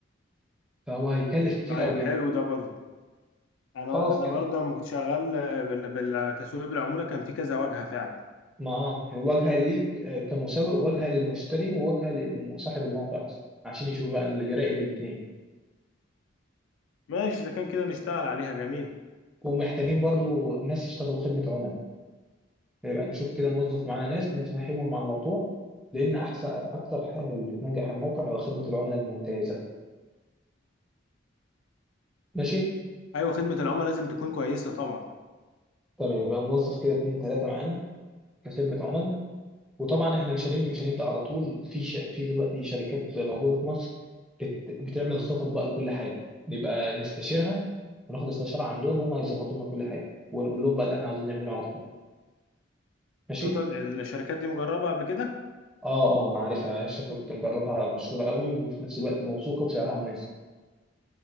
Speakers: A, in the centre; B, on the left (about 75°).
A: فهو هيكلف كتير
B: طيب
A: قوي
B: حلو
A: يعني
B: ده برضه انا
A: خلاص
B: انا
A: كده
B: برضه لما كنت شغال آه، بال- بالتسويق بالعموله كان في كذا واجهه فعلا
A: ما اه واجهه ليك آه، كمسوق واجهه للمشتري وواجهه لصاحب الموقع اصلا عشان يشوف بقى يراقب الاثنين
B: ماشي اذا كان كده نشتغل عليها جميل
A: ومحتاجين برضو ناس يشتغلوا خدمه عملاء يبقى نشوف كده نوظف معانا ناس نفهمهم على الموضوع لان احسن اكتر حاجه اللي بتنجح الموقع هو خدمه العملاء الممتازه ماشي
B: ايوه خدمه العملاء لازم تكون كويسه طبعا
A: تمام يبقى نوظف كده اتنين تلاته معانا كخدمه عملاء وطبعا احنا مش هنب... مش هنبدا على طول في ش... في دلوقتي شركات موجوده في مصر بت... بتعمل خطط بقى لكل حاجه نبقى نستشيرها وناخد استشاره عندهم هم هيظبطوا لنا كل حاجه ونقول لهم بقى اللي احنا عاوزين نعمله على طول ماشي
B: قطط الشركات دي مجربة قبل كده
A: اه اه انا عارفها الشركه كنت مجربها مشهوره قوي وفي نفس الوقت موثوقه وسعرها مناسب